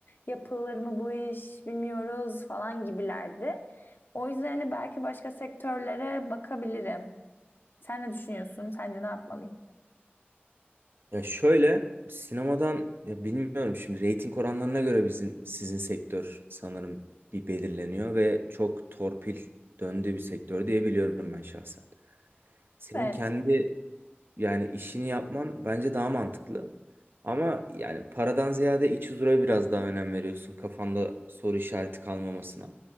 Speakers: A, on the left; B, on the right.
A: Yapılır mı bu iş bilmiyoruz falan gibilerdi. O yüzden hani belki başka sektörlere bakabilirim. Sen ne düşünüyorsun? Sence ne yapmalıyım?
B: Ya şöyle sinemadan ya bilmiyorum şimdi reyting oranlarına göre bizim sizin sektör sanırım bir belirleniyor ve çok torpil döndüğü bir sektör diye biliyorum ben şahsen. Senin
A: Evet.
B: kendi yani işini yapman bence daha mantıklı. Ama yani paradan ziyade iç huzura biraz daha önem veriyorsun kafanda soru işareti kalmamasına.